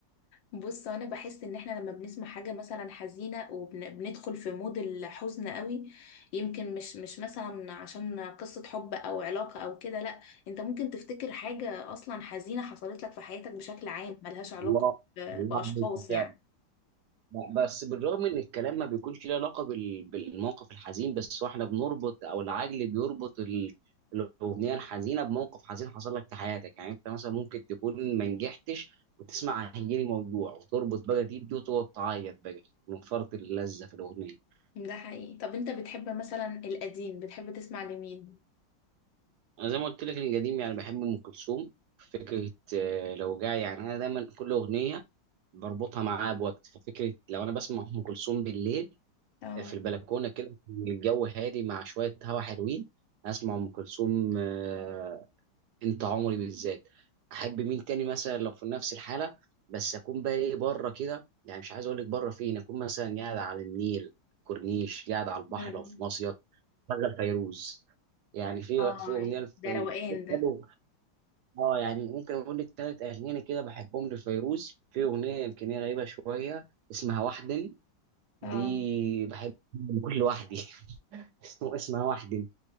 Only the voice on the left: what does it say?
بص انا بحس ان احنا لما بنسمع حاجه مثلا حزينه وبندخل في مود الحزن قوي يمكن مش مش مثلا عشان قصه حب او علاقه او كده لا انت ممكن تفتكر حاجه اصلا حزينه حصلت لك في حياتك بشكل عام ملهاش علاقه
ب-
باشخاص
يعني
ده حقيقي طب انت بتحب مثلا القديم بتحب تسمع لمين
اه
مم.
اه
ده روقان ده
اه